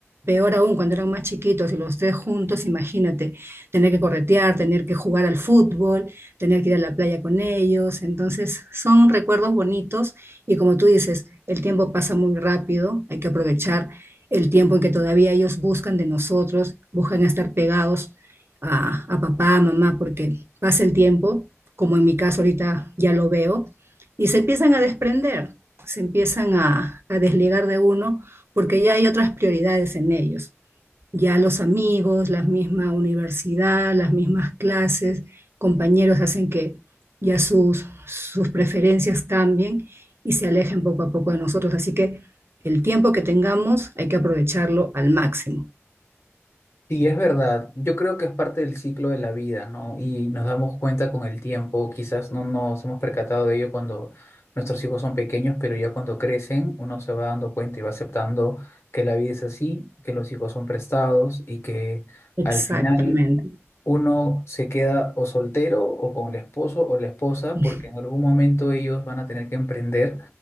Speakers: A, on the right; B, on the left.
A: Peor aún, cuando eran más chiquitos y los tres juntos, imagínate, tener que corretear, tener que jugar al fútbol, tener que ir a la playa con ellos. Entonces, son recuerdos bonitos y como tú dices, el tiempo pasa muy rápido, hay que aprovechar el tiempo en que todavía ellos buscan de nosotros, buscan estar pegados a, a papá, a mamá, porque pasa el tiempo, como en mi caso ahorita ya lo veo, y se empiezan a desprender, se empiezan a, a desligar de uno porque ya hay otras prioridades en ellos ya los amigos, la misma universidad, las mismas clases, compañeros hacen que ya sus, sus preferencias cambien y se alejen poco a poco de nosotros. Así que el tiempo que tengamos hay que aprovecharlo al máximo.
B: Sí, es verdad. Yo creo que es parte del ciclo de la vida, ¿no? Y nos damos cuenta con el tiempo, quizás no nos hemos percatado de ello cuando nuestros hijos son pequeños, pero ya cuando crecen uno se va dando cuenta y va aceptando que la vida es así, que los hijos son prestados y que
A: Exactamente.
B: al final uno se queda o soltero o con el esposo o la esposa,
A: <laughs>
B: porque en algún momento ellos van a tener que emprender